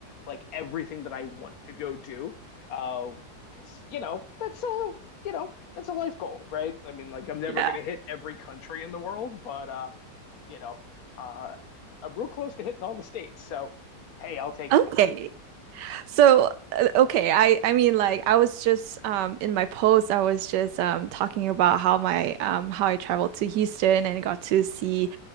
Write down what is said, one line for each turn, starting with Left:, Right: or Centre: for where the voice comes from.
Left: like everything that I want to go do. Um, because you know, that's a, you know, that's a life goal, right? I mean, like I'm never
Right: Yeah.
Left: gonna hit every country in the world, but uh, you know, uh I'm real close to hitting all the states. So hey, I'll take
Right: Okay.
Left: it.
Right: So, uh, okay, I I mean like I was just um in my post I was just um talking about how my um how I traveled to Houston and got to see